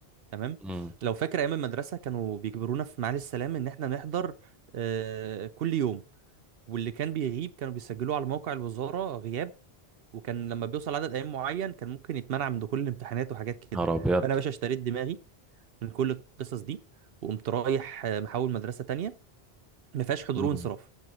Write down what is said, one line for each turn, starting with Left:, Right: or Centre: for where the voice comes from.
Right: تمام
Centre: امم
Right: لو فاكر ايام المدرسة كانوا بيجبرونا في معالي السلام ان احنا نحضر آه، كل يوم واللي كان بيغيب كانوا بيسجلوه على موقع الوزارة غياب وكان لما بيوصل عدد ايام معين كان ممكن يتمنع من دخول الامتحانات وحاجات كده
Centre: نهار ابيض
Right: فانا يا باشا اشتريت دماغي من كل القصص دي وقمت رايح آه، محاول مدرسه تانية ما فيهاش حضور
Centre: امم
Right: وانصراف